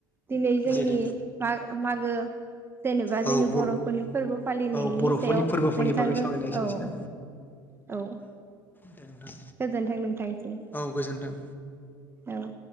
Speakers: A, on the right (about 20°); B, on the left (about 20°).
A: दिनै जोंनि
B: दे दे
A: मा मागो जेनेबा
B: औ
A: जोंनि
B: बर'
A: बर'फोरनि फोर्बो फालिनायनि
B: औ बर'फोरनि
A: सायाव
B: फोरबोफोरनि
A: नोंथांजों,
B: बागै सावरायनाय एसेनोसै
A: औ। औ
B: ना दे नोंथां
A: गोजोनथों नोंथांसिम।
B: औ गोजोन्थों
A: औ।